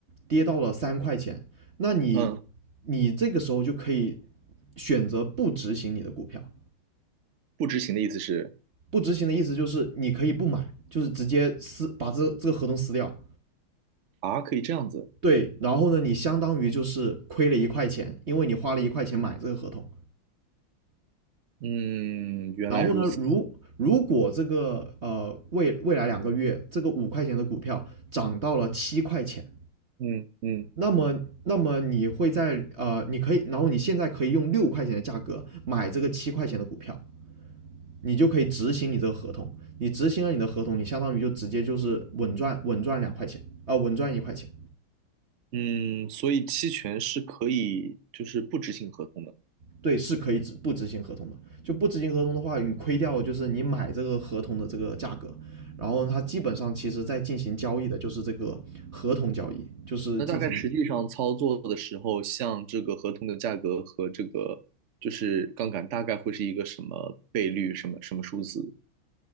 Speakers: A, on the right (about 40°); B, on the right (about 85°).
A: 跌到了三块钱，那你
B: 嗯，
A: 你这个时候就可以选择不执行你的股票。
B: 不执行的意思是
A: 不执行的意思就是你可以不买，就是直接撕把这这个合同撕掉。
B: 啊，可以这样子。
A: 对，然后呢，你相当于就是亏了一块钱，因为你花了一块钱买这个合同。
B: 嗯，原来如此。
A: 然后呢，如如果这个呃未未来两个月这个五块钱的股票涨到了七块钱，
B: 嗯嗯
A: 那么那么你会在呃你可以，然后你现在可以用六块钱的价格买这个七块钱的股票，你就可以执行你这个合同。你执行了你的合同，你相当于就直接就是稳赚稳赚两块钱啊、呃稳赚一块钱。
B: 嗯，所以期权是可以就是不执行合同的。
A: 对，是可以执不执行合同的。就不执行合同的话，你亏掉的就是你买这个合同的这个价格，然后它基本上其实在进行交易的就是这个合同交易，就是进行
B: 那大概实际上操作的时候，像这个合同的价格和这个就是杠杆，大概会是一个什么倍率，什么什么数字？